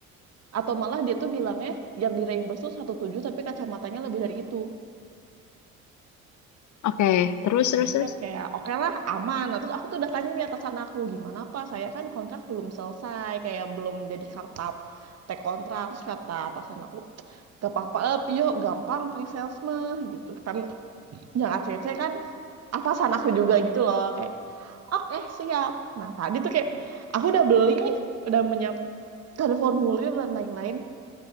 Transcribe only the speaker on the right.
atau malah dia tuh bilangnya yang di reimburse tuh satu tujuh tapi kacamatanya lebih dari itu.
Jadi
kan kayak oke lah aman. Nah, terus aku tuh udah tanya nih atasan aku gimana Pak, saya kan kontrak belum selesai, kayak belum jadi kartap tek kontrak. Terus kata atasan aku, gak apa-apa, eh, Pio gampang pre-sales mah gitu. Kan yang ACC kan atasan aku juga gitu loh, kayak oke siap. Nah tadi tuh kayak aku udah beli nih, udah menyiapkan formulir dan lain-lain.